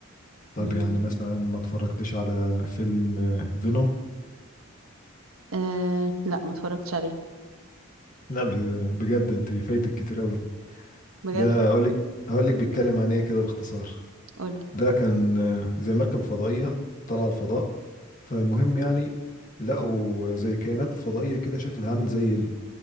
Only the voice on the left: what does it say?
طب
يعني مثلا ما اتفرجتش على فيلم فينوم
لا ب- بجد انت فايتك كتير قوي
ده اقول لك هقول لك بيتكلم عن ايه كده باختصار
ده كان آه، زي مركبة فضائية طالعة الفضاء فالمهم يعني لقوا زي كائنات فضائية كده شكلها عامل زي ال-